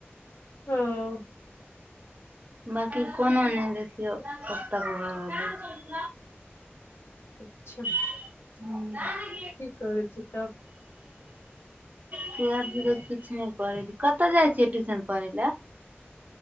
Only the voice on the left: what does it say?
हँ
अच्छा
की करै छी तब